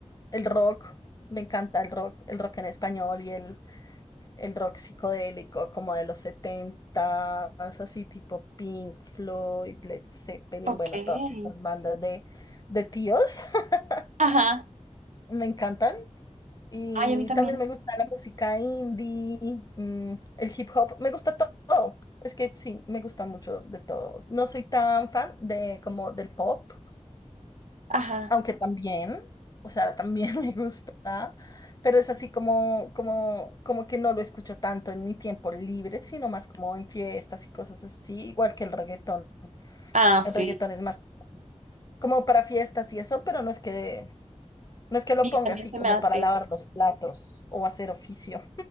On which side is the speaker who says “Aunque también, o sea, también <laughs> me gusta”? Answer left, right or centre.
Left